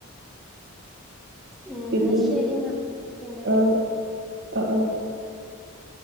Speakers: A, in the centre; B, on the right.
A: ഉം
B: പിന്നെന്തൊക്ക
A: ന്നാ ശരിന്നാ പിന്നെ
B: ആഹ് ആഹ്
A: ഓഹ്